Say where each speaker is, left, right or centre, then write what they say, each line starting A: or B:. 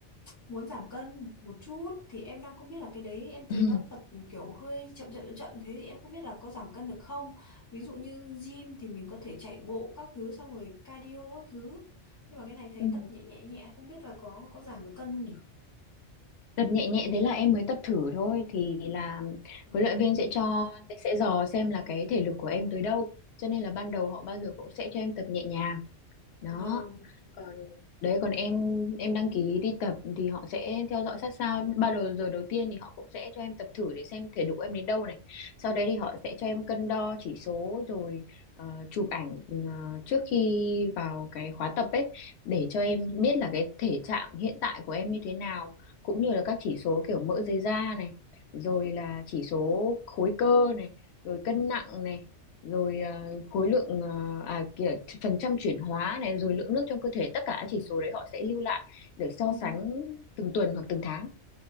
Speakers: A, on the left (about 20°); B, on the left (about 70°).
A: muốn giảm cân một chút Thì em đang không biết là cái đấy em thấy
B: <clears throat>
A: nó tập kiểu hơi chậm chậm chậm chậm, Thế thì em không biết là có giảm cân được không Ví dụ như gym thì mình có thể chạy bộ các thứ xong rồi cardio các thứ Nhưng mà cái này thấy
B: Ừ.
A: tập nhẹ nhẹ nhẹ Không biết là có có giảm được cân không nhỉ?
B: Tập nhẹ nhẹ thế là em mới tập thử thôi thì là
A: Ừ.
B: huấn luyện viên sẽ cho sẽ dò xem là cái thể lực của em tới đâu cho nên là ban đầu họ bao giờ cũng sẽ cho em tập nhẹ nhàng đó
A: Vâng
B: còn đấy còn em em đăng ký đi tập thì họ sẽ theo dõi sát sao bao đầu giờ đầu tiên thì họ cũng sẽ cho em tập thử để xem thể lực của em đến đâu này sau đấy thì họ sẽ cho em cân đo chỉ số rồi ờ, chụp ảnh ờ, trước khi vào cái khóa tập ấy để cho em biết là cái thể trạng hiện tại của em như thế nào cũng như là các chỉ số kiểu mỡ dưới da này rồi là chỉ số khối cơ này rồi cân nặng này rồi à, khối lượng à, à kìa, phần trăm chuyển hóa này rồi lượng nước trong cơ thể tất cả các chỉ số đấy họ sẽ lưu lại để so
A: Ừ.
B: sánh từng tuần hoặc từng tháng